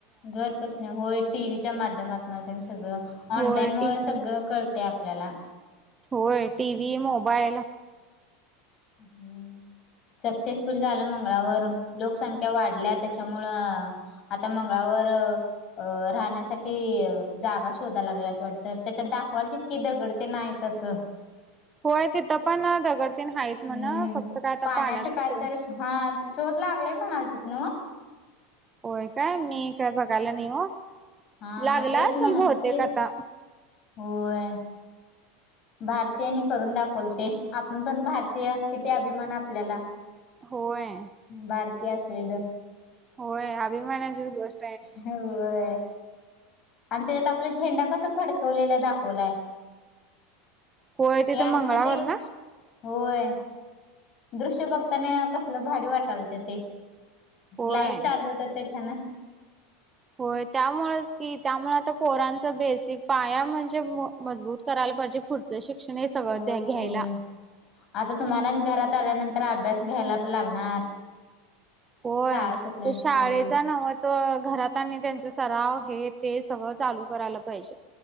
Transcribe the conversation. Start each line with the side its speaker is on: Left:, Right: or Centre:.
Left: घरपसण्या होय टी व्हीच्या माध्यमातन त्यांनं सगळं
Right: होय
Left: ऑनलाईन मुळ
Right: टीव्ही
Left: सगळं कळतय आपल्याला
Right: होय टीव्ही, मोबाईल
Left: हूं सक्सेसफुल झालं मंगळावर लोकसंख्या वाढल्या त्याच्यामूळ आता मंगळावर अ राहण्यासाठी जागा शोधा लागल्यात वाटत त्याच्यात दाखवायला तीत की दगड ते नाहीत असं
Right: होय तिथं पण दगड तेन हाईत म्हण
Left: हम्म
Right: फक्त काय आता पाण्याचं
Left: काय तर
Right: हे
Left: हा शोध लागलाय म्हणाल तिथ न ओ
Right: होय काय मी काय बघायला नाही हो
Left: हा
Right: लागला
Left: हा तेच
Right: असेल
Left: म्हणाल
Right: बहुतेक
Left: तेच
Right: आता
Left: होय. भारतीयांनी करून दाखवल ते आपण पण भारतीय किती अभिमान आपल्याला
Right: होय.
Left: भारती असलेलं.
Right: होय अभिमानाची गोष्
Left: होय आणि त्याच्यात आपला झेंडा कसं फडकवलेला दाखवलाय.
Right: होय तिथं
Left: यान
Right: मंगळावर
Left: मध्ये
Right: ना
Left: होय. दृश्य बघताना कसलं भारी वाटालते ते
Right: होय
Left: लाईव्ह चालवत्यात त्याचनं
Right: होय त्यामुळेच की त्यामुळे आता पोरांचा बेसिक पाया म्हणजे म मजबूत करायला पाहिजे पुढ च्या शिक्षण हे सगळं
Left: होय
Right: द्या घ्यायला.
Left: होय आता तुम्हाला आणि घरात आल्यानंतर अभ्यास घ्यायला पण लागणार.
Right: होय
Left: शाळा सुटल्यानंतर
Right: तू शाळेचा
Left: होय
Right: नव्ह तं घरातनी त्यांचे सराव हे ते सगळ चालू करायला पाहिजे.